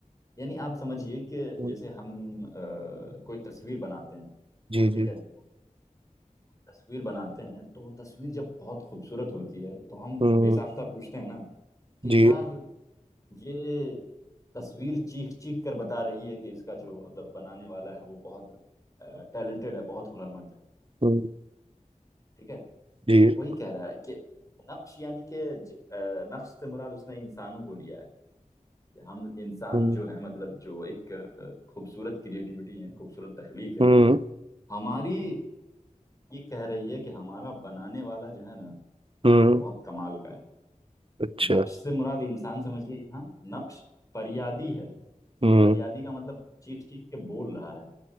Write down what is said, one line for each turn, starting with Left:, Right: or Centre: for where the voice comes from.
Left: यानी आप समझिए कि
Right: हम्म,
Left: जैसे हम अ, कोई तस्वीर बनाते हैं
Right: जी
Left: ठीक
Right: जी
Left: है तस्वीर बनाते हैं तो वो तस्वीर जब बहुत खूबसूरत होती है तो हम
Right: हम्म
Left: बेसाख्ता पूछते हैं ना कि
Right: जी
Left: यार ये तस्वीर चीख चीख कर बता रही है कि इसका जो मतलब बनाने वाला है वो बहुत टैलेंटेड है बहुत हुनरमंद है
Right: हम्म
Left: ठीक है
Right: जी
Left: तो वही कह रहा है कि नक्श यानी कि ज- अ, नक्श से मुराद उसने इंसानों को लिया है कि हम इंसान
Right: हम्म
Left: जो है मतलब जो एक अ, खूबसूरत क्रिएटिविटी है खूबसूरत तख्लीक है
Right: हम्म
Left: हमारी ये कह रही है कि हमारा बनाने वाला जो है ना
Right: हम्म,
Left: बहुत कमाल का है
Right: अच्छा
Left: नक्श से मुराद इंसान समझिए यहाँ नक्श फरियादी है
Right: हम्म
Left: फरियादी का मतलब चीख चीख के बोल रहा है